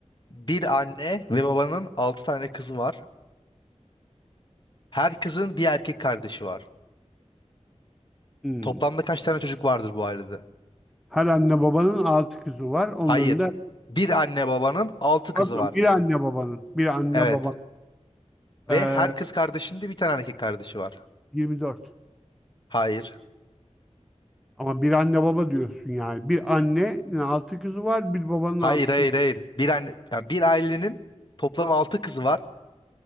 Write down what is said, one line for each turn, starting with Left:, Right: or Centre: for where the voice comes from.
Left: Bir anne ve babanın altı tane kızı var. Her kızın bir erkek kardeşi var.
Centre: Hmm.
Left: Toplamda kaç tane çocuk vardır bu ailede?
Centre: Her anne babanın altı kızı var. Onların
Left: Hayır.
Centre: da...
Left: Bir anne babanın altı
Centre: Pardon,
Left: kızı var.
Centre: bir anne babanın. Bir anne
Left: Evet.
Centre: baba. Ee,
Left: Ve her kız kardeşinde bir tane erkek kardeşi var.
Centre: 24.
Left: Hayır.
Centre: Ama bir anne baba diyorsun yani. Bir annenin altı kızı var. Bir babanın
Left: Hayır,
Centre: altı
Left: hayır,
Centre: kızı.
Left: hayır. Bir anne, yani bir ailenin toplam altı kızı var.